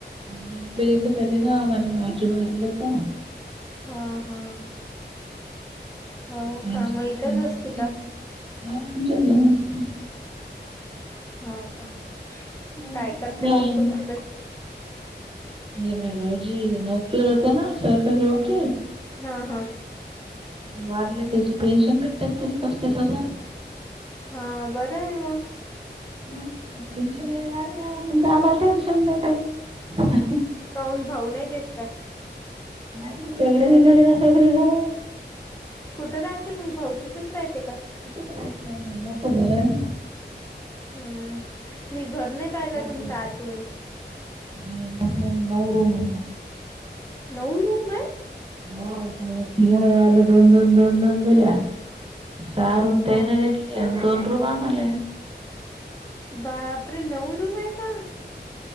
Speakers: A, on the right (about 30°); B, on the left (about 15°).
A: माझी बहीण इथंच आली ना माघे भाऊजी वारले तर
B: हा हा हो
A: टेन्शन
B: का मग इथेच
A: आहे.
B: असते का
A: हा आमच्या जवळ असते
B: हो का
A: चांगला
B: काय करते
A: आहे
B: मग तुमची बहीण
A: माघे भाऊजी नोकरीवर होते ना सरकारी वकील
B: हा हा
A: वारले त्याची पेन्शन भेटते तिले पस्तीस हजार
B: हा बरं आहे मग
A: मग पेन्शन येणार आहे म्हण आम्हाला टेन्शन नाही काही
B: काऊन भाऊ नाही देत का
A: नाही न वगळे निघाले ना सगळे जण
B: कुठं राहते मग भाऊ तिथच राहते का?
A: <unintelligible> मोठ भरन.
B: हम्म, मी घर नाही पाहिलं तुमच
A: रूम
B: आतून.
A: नाही मोठ्या नऊ रूम आहे ना.
B: नऊ रूम आहे
A: हो तघ वाल दोंदो दोंदों दिल्या सारुम त्यान
B: बा
A: गे दोन रूम आम्हाले
B: बापरे नऊ रूम आहे का